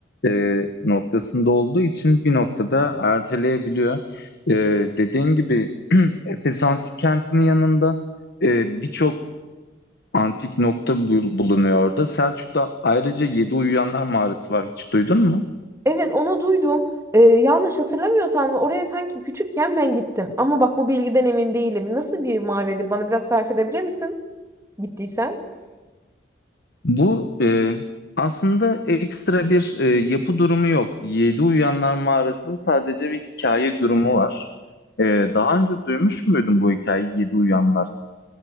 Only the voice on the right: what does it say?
Evet onu duydum. Ee, yanlış hatırlamıyorsam da oraya sanki küçükken ben gittim. Ama bak bu bilgiden emin değilim. Nasıl bir mağaraydı? Bana biraz tarif edebilir misin? Gittiysen.